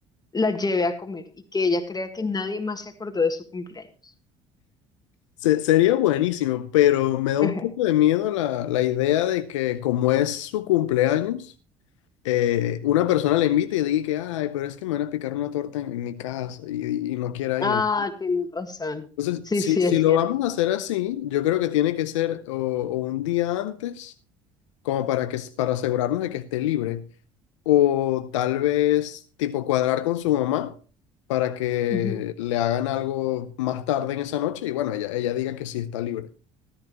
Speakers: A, on the left; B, on the left.
A: la lleve a comer y que ella crea que nadie más se acordó de su cumpleaños?
B: Se- sería buenísimo, pero me da un
A: <laughs>
B: poco de miedo la, la idea de que como es su cumpleaños, eh, una persona la invite y diga que, ay, pero es que me van a picar una torta en, en mi casa y, y no quiera
A: Ah,
B: ir.
A: tienes razón.
B: Entonces,
A: Sí,
B: si,
A: sí,
B: si
A: es
B: lo
A: cierto.
B: vamos a hacer así, yo creo que tiene que ser o, o un día antes, como para que, para asegurarnos de que esté libre. O tal vez tipo cuadrar con su mamá para que
A: Ujú.
B: le hagan algo más tarde en esa noche y bueno, ella, ella diga que sí está libre.